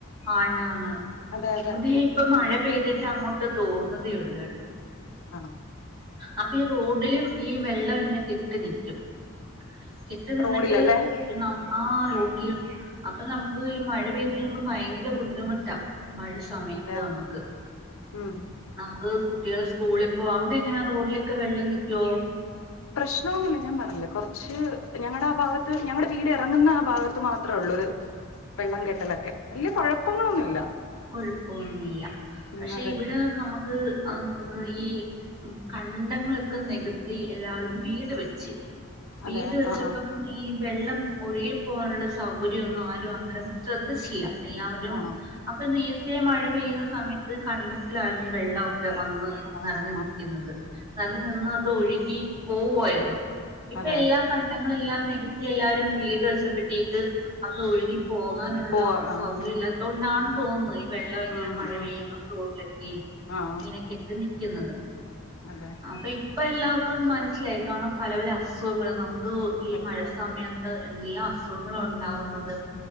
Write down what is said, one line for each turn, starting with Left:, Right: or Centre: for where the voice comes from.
Right: ആണാണ്
Left: അതെ അതെ
Right: ഇവിടെ ഇപ്പ മഴ പെയ്തിട്ട് അങ്ങോട്ട് തോർന്നതെയുള്ള
Left: ആണോ
Right: അപ്പൊ ഈ റോഡിലും ഈ വെള്ളം ഇങ്ങനെ കെട്ടി നിക്കും കെട്ടി നിന്നിട്ട്
Left: റോഡിലല്ലേ
Right: ഇ ന ആ റോഡിലും അപ്പൊ നമുക്ക് ഈ മഴ പെയ്ത് കഴിയുമ്പോ ഭയങ്കര ബുദ്ധിമുട്ടാ മഴ സമയത്ത്
Left: അതെ
Right: നമുക്ക്
Left: ഉം
Right: നമുക്ക് കു കുട്ടികൾ സ്കൂളിൽ പോക അവിടെ എങ്ങനെ റോഡിലൊക്കെ വെള്ളം നിക്കുവോ
Left: പ്രശ്നമൊന്നുമില്ല ഞാൻ പറഞ്ഞില്ലേ കുറച്ച് ഞങ്ങടെ ആ ഭാഗത്ത് ഞങ്ങടെ വീട് ഇറങ്ങുന്ന ആ ഭാഗത്ത് മാത്രമേ ഉള്ളൂ ഒരു വെള്ളം കെട്ടലൊക്കെ വലിയ കുഴപ്പങ്ങളൊന്നുമില്ല
Right: കൊഴപ്പൊന്നുമില്ല
Left: ഉം
Right: പക്ഷെ
Left: അതെ
Right: ഇവിടെ നമുക്ക് മ് അ ഈ കണ്ടങ്ങളൊക്കെ നികത്തി എല്ലാവരും വീട് വെച്ച് വീട്
Left: അതെ ആഹ്
Right: വെച്ചപ്പം
Left: ആഹ്
Right: ഈ വെള്ളം ഒഴുകിപ്പോകാനുള്ള സൗകര്യംമൊന്നും ആരും അന്നേരം ശ്രദ്ധിച്ചില്ല എല്ലാവരും
Left: ആണോ
Right: നേരത്തെ മഴ പെയ്യുന്ന സമയത്ത് കണ്ടത്തിലാണ് ഈ വെള്ളം ഒ ക്കെ വന്ന്
Left: ആഹ്
Right: നിറഞ്ഞ്
Left: ആഹ്
Right: നിക്കുന്നത്
Left: ആഹ്
Right: തങ്ങി നിന്ന് അത് ഒഴുകി പോവുവായിരുന്നു ഇപ്പ
Left: അതെ
Right: എല്ലാം കണ്ടങ്ങ ങ്ങള് എല്ലാം നികത്തി എല്ലാരും വീട് വെച്ചപ്പഴേത്തേക്ക് അത് ഒഴികി പോകാനുള്ള
Left: പോവാ ആഹ്
Right: സൗകര്യം ഇല്ലാത്തോണ്ടാണ് തോന്നുന്നെയ് വെള്ളം ഇങ്ങനെ
Left: ഉം
Right: മഴ
Left: ഉം
Right: പെയ്യുമ്പം റോഡിലൊക്കെ
Left: ആഹ്
Right: ഇങ്ങനെ കെട്ടിനി ക്കുന്നത്
Left: അതെ
Right: അപ്പ ഇപ്പൊ എല്ലാവർക്കും അത് മനസ്സിലായിക്കണം പല പല അ സുഖങ്ങളെ ന ഗൊ ഈ
Left: വരുന്ന്
Right: മഴ സമയത്ത് ന്തെല്ലാ അസുഖങ്ങള ഉണ്ടാവുന്നത്